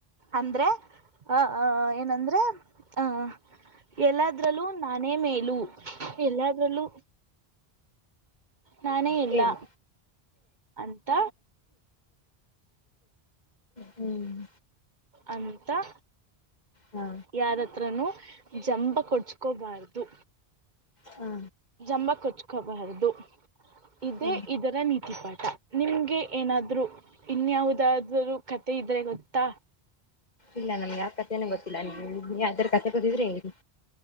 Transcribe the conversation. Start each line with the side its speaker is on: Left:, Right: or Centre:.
Right: ಅಂದ್ರೆ ಅ ಅ ಅ ಏನಂದ್ರೆ ಅ ಆ ಹ್ ಎಲ್ಲಾದ್ರಲ್ಲೂ ನಾನೇ ಮೇಲೂ ಎಲ್ಲದ್ರಲ್ಲೂ ನಾನೇ ಎಲ್ಲಾ
Left: ಹೇಳಿ
Right: ಅಂತ
Left: ಹ್ಮ್
Right: ಅಂತಾ
Left: ಹಾ
Right: ಯಾರಹತ್ರನು ಜಂಬ ಕೊಚ್ಚಕೋಬಾರ್ದು
Left: ಹಾ
Right: ಜಂಬ ಕೊಚ್ಕೋಬಾರದು ಇದೇ
Left: ಹಾ
Right: ಇದರ ನೀತಿ ಪಾಠ ನಿಮ್ಗೆ ಏನಾದ್ರೂ ಇನ್ಯಾವುದಾದ್ರರು ಕತೆೆ ಇದ್ರೆ ಗೊತ್ತಾ
Left: ಇಲ್ಲ ನಮ್ ಯಾವ ಕತೆೆನ ಗೊತ್ತಿಲ್ಲ ನೀ ಯಾವ್ದ ಕತೆೆ ಬಂದ್ರೆ ಹೇಳಿ